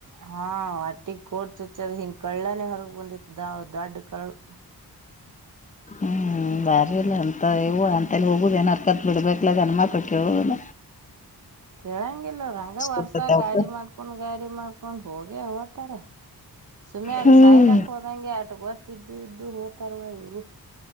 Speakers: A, on the right; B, on the left.
A: ಹಾ ಒಟ್ಟಿಗೆ ಕೋಡ್ ಚುಚ್ಚದ್ ಹಿಂಗ ಕಳ್ಳನೇ ಹೊರಗ್ ಬಂದಿತ್ತು ದ ದೊಡ್ಡ ಕಳು <inaudible>
B: ಹ್ಮ್
A: ಹ <inaudible>
B: ದಾರಿ ಇಲ್ಲ ಅಂತ ಇವು ಅಂತೇಳಲ್ಲಿ ಹೋಗೋುದ ಏನು ಅರ್ಕತ್ ಬಿಡ್ಬೇಕಲ ಅನ್ಮ ಬಿಟ್ಟ ಹೇಳ
A: ಕೇಳಂಗಿಲ್ಲ ಹಂಗ ವರ್ಷ
B: ಇರ್ತೈತಿ ಅವಕ್ಕ
A: ಗಾಡಿ ಮಾಡ್ಕೊಂಡ್ ಗಾಡಿ ಮಾಡ್ಕೊಂಡ್ ಹೋಗಿ ಹೋಗ್ತಾರ ಸುಮ್ ಅಲ್ಲಿ
B: ಹ್ಮ್
A: ಸಾಯ್ಲಕ್ ಹೋದಂಗೆ ಆಟ ಓತ್ತಿದ್ದು ಇದ್ದು ಹೋ್ತಾರವಾ ಇವ್ರು